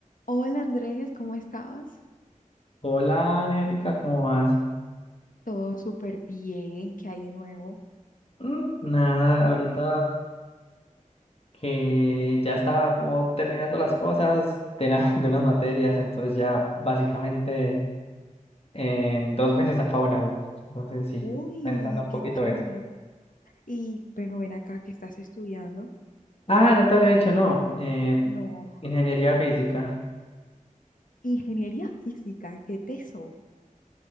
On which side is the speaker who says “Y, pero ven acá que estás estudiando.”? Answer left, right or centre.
Left